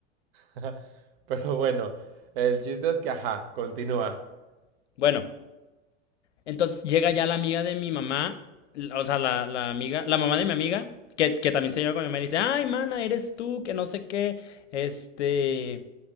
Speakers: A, on the right (about 55°); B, on the left (about 70°).
A: <laughs> pero bueno, el chiste es que, ajá, continúa. <laughs>
B: Bueno, Entonces llega ya la amiga de mi mamá, o sea, la, la amiga, la mamá de mi amiga, que, que también se lleva con mi mamá y dice, ay, mana, eres tú, que no sé qué, este,